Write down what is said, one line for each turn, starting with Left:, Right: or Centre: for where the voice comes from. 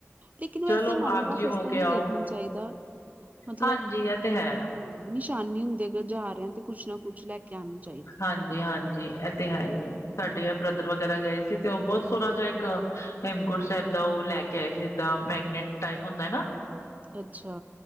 Right: ਲੇਕਿਨ ਵੈਸੇ
Left: ਚਲੋ
Right: ਮਹਿੰਗਾ
Left: ਆਪ ਜੀ
Right: ਸਸਤਾ
Left: ਹੋ ਕੇ
Right: ਨਹੀਂ
Left: ਆਓ
Right: ਦੇਖਣਾ ਚਾਹੀਦਾ। ਮਤਲਬ
Left: ਹਾਂਜੀ, ਐ ਤੇ ਹੈ।
Right: ਹਾਂ ਨਿਸ਼ਾਨੀ ਹੁੰਦੀ ਅਗਰ ਜਾ ਰਿਹਾ ਤੇ ਕੁੱਛ ਨਾ ਕੁੱਛ ਲੈ ਕੇ ਆਂਣਾ।
Left: ਹਾਂਜੀ-ਹਾਂਜੀ, ਏਹ ਤੇ ਹੈ ਈ
Right: ਹੂੰ,
Left: ਏ। ਸਾਡੇ ਆ ਬ੍ਰਦਰ ਵਗੈਰਾ ਗਏ ਸੀ ਤੇ ਉਹ ਬਹੁਤ ਸੋਹਣਾ ਜਿਹਾ ਇੱਕ ਹੇਮਕੁੰਡ ਸਾਹਿਬ ਦਾ ਉਹ ਲੈ ਕੇ ਆਏ ਸੀ, ਜਿੱਦਾਂ ਮੈਗਨੇਟ ਟਾਈਪ ਹੁੰਦੈਂ ਨਾ।
Right: ਅੱਛਾ।